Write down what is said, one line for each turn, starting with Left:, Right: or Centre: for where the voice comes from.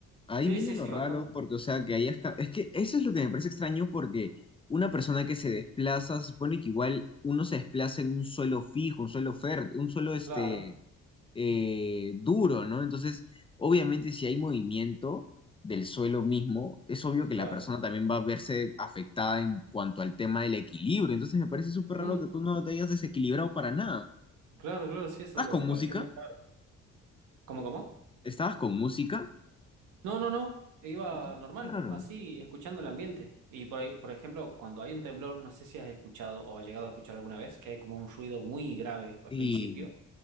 Left: Ahí
Right: sí,
Left: viene
Right: sí,
Left: lo
Right: sí,
Left: raro
Right: bastante.
Left: porque, o sea, que hayas... ca- Es que eso es lo que me parece extraño porque una persona que se desplaza, se supone que igual uno se desplaza en un suelo fijo, un suelo fértil, un suelo, este
Right: Claro,
Left: eh, duro, ¿no? Entonces, obviamente si hay movimiento del suelo mismo, es obvio que
Right: claro.
Left: la persona también va a verse afectada en cuanto al tema del equilibrio. Entonces, me parece súper
Right: Mm,
Left: raro que tú no te hayas desequilibrado para nada.
Right: claro, claro, sí, eso
Left: ¿Estás
Right: es lo
Left: con
Right: que me pareció
Left: música?
Right: muy claro. ¿Cómo, cómo?
Left: ¿Estabas con música?
Right: No, no, no. Iba
Left: Entonces,
Right: normal,
Left: qué raro.
Right: así, escuchando el ambiente. Y por ahí, por ejemplo, cuando hay un temblor, no sé si has escuchado o has llegado a escuchar alguna vez, que hay como un ruido muy grave al
Left: Sí,
Right: principio